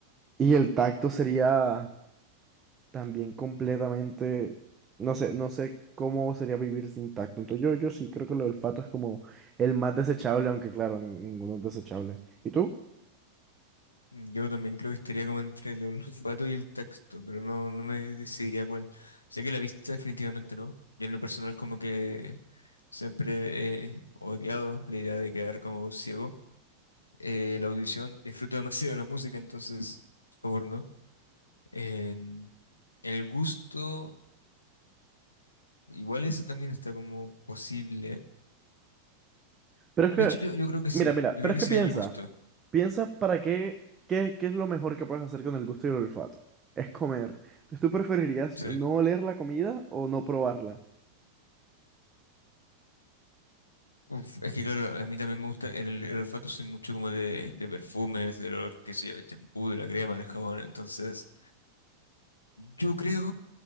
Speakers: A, on the right (about 20°); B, on the left (about 80°).
A: Y el tacto sería también completamente, no sé, no sé cómo sería vivir sin tacto. Entonces yo, yo sí creo que el olfato es como el más desechable, aunque claro, ni- ninguno es desechable. ¿Y tú?
B: Yo también creo que estaría como entre el olfato y el tacto, pero no, no me decidiría cuál. Sé que la vista definitivamente no. Yo en lo personal como que siempre he odiado la idea de quedar como ciego. eh, la audición, disfruto demasiado de la música, entonces, por favor, ¿no? En, en el gusto, igual eso también está como posible.
A: Pero es
B: De
A: que,
B: hecho, yo, yo creo que sí,
A: mira, mira,
B: yo
A: pero
B: creo
A: es
B: que
A: que
B: sería
A: piensa,
B: el gusto.
A: piensa para qué, qué, qué es lo mejor que puedes hacer con el gusto y el olfato. Es comer. Entonces tú preferirías
B: Sí.
A: no oler la comida o no probarla.
B: Uf, es que claro, a mí también me gusta, el, el olfato soy mucho como de, de perfumes, del olor, qué sé yo, del champú, de la crema, del jabón, entonces, yo creo